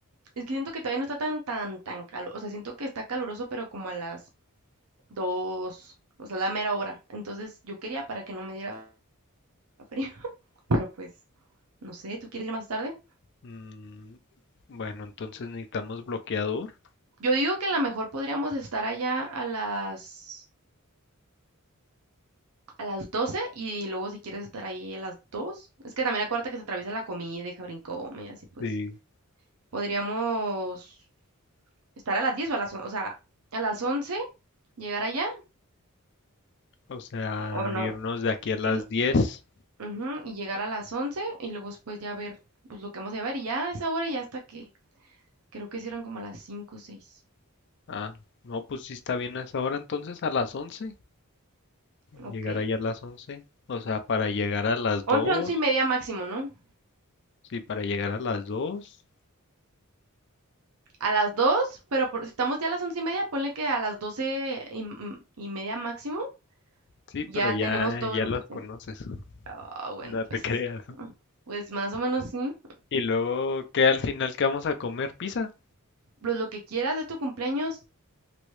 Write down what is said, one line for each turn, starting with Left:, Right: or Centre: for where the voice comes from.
Right: Es que siento que todavía no está tan, tan, tan calor. O sea, siento que está caluroso, pero como a las dos, o sea, la mera hora. Entonces yo quería para que no me diera frío. <laughs> Pero pues, no sé, ¿tú quieres ir más tarde?
Left: Mm, bueno, entonces necesitamos bloqueador.
Right: Yo digo que a lo mejor podríamos estar allá a las, a las 12 y luego si quieres estar ahí a las 2. Es que también acuérdate que se atraviesa la comida y Cabrín come y así pues.
Left: Sí.
Right: Podríamos estar a las 10 o a las, on- o sea, a las 11 llegar allá
Left: O sea,
Right: o no,
Left: irnos de aquí a las
Right: y, no-
Left: 10.
Right: ujú, y llegar a las 11 y luego después ya ver pues lo que vamos a llevar y ya a esa hora ya hasta que creo que hicieron como a las cinco o 6.
Left: Ah, no, pues sí está bien a esa hora. Entonces a las 11.
Right: Ok,
Left: Llegar allá a las 11. O sea, para llegar a las 2.
Right: once 11 y media máximo, ¿no?
Left: Sí, para llegar a las dos.
Right: A las 2 pero por- si estamos ya a las 11 y media, ponle que a las 12 y, m- y media máximo
Left: Sí,
Right: ya
Left: pero ya,
Right: tenemos todo
Left: ya
Right: lo
Left: los
Right: que tenemos.
Left: conoces. <laughs>
Right: Ah, bueno,
Left: No te
Right: pues,
Left: creas.
Right: ah, pues más o menos sí.
Left: Y luego, ¿qué al final que vamos a comer? ¿Pizza?
Right: Pues lo que quieras de tu cumpleaños,